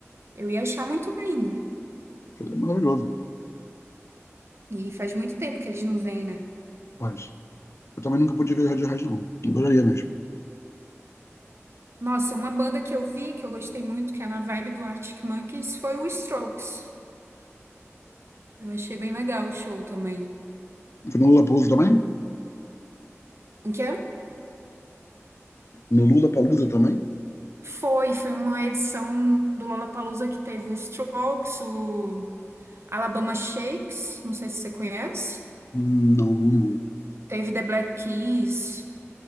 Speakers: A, on the right (about 55°); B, on the left (about 60°).
A: eu ia achar muito lindo.
B: foi maravilhoso,
A: E faz muito tempo que eles não vêm, né?
B: mas eu também nunca pude ver Radiohead, não. Adoraria mesmo.
A: Nossa, uma banda que eu vi, que eu gostei muito, que é na vibe do Arctic Monkeys, foi o Strokes. Eu achei bem legal o show também.
B: Foi no Lollapalooza também?
A: O que é?
B: No Lula Palusa também?
A: Foi, foi uma edição do Lollapalooza que teve o Strokes, o Alabama Shakes, não sei se você conhece.
B: Hum, Não, não lembro.
A: Teve The Black Keys,